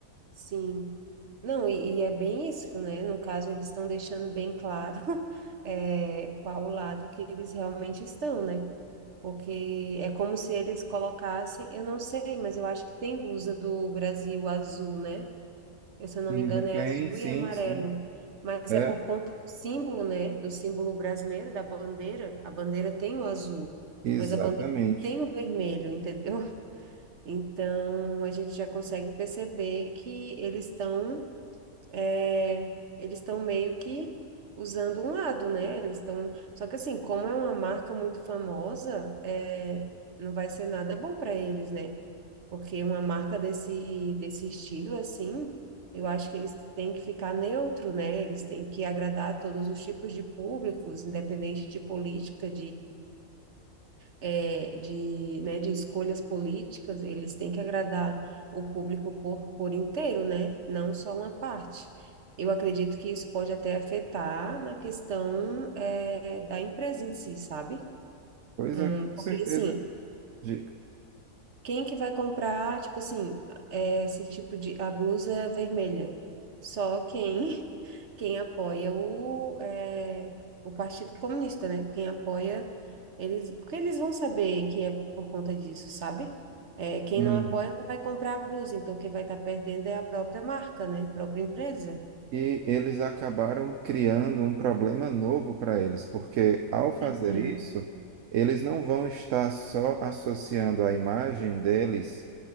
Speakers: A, on the right (about 55°); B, on the right (about 70°).
A: Sim. Não, e, e é bem isso, né? No caso, eles estão deixando bem claro <laughs> é, qual o lado que eles realmente estão, né? Porque é como se eles colocassem, eu não sei, mas eu acho que tem blusa do Brasil azul, né? Eu, se eu não
B: Uhum.
A: me engano, é
B: Tem,
A: azul
B: sim,
A: e amarelo.
B: sim.
A: Mas
B: É,
A: é por conta do símbolo, né? Do símbolo brasileiro, da bandeira. A bandeira tem o azul,
B: Exatamente.
A: mas a bandeira não tem o vermelho, entendeu? <laughs> Então, a gente já consegue perceber que eles estão é, eles estão meio que usando um lado, né? Eles estão. Só que assim, como é uma marca muito famosa, é, não vai ser nada bom para eles, né? Porque uma marca desse, desse estilo, assim, eu acho que eles têm que ficar neutro, né? Eles têm que agradar a todos os tipos de públicos, independente de política, é, de, né, de escolhas políticas, eles têm que agradar o público por, por inteiro, né? Não só uma parte. Eu acredito que isso pode até afetar na questão, é, da empresa em si, sabe?
B: Pois
A: Hum,
B: é, com
A: porque,
B: certeza,
A: assim,
B: dica.
A: quem que vai comprar, tipo assim, é, esse tipo de, a blusa vermelha? Só quem, <laughs> quem apoia o, é, o Partido Comunista, né? Quem apoia, eles, porque eles vão saber que é por conta disso, sabe? É, quem
B: Uhum.
A: não apoia não vai comprar a blusa, então quem vai estar perdendo é a própria marca, né? A própria empresa.
B: E eles acabaram criando um problema novo para eles, porque ao fazer
A: Uhum,
B: isso, eles não vão estar só associando a imagem deles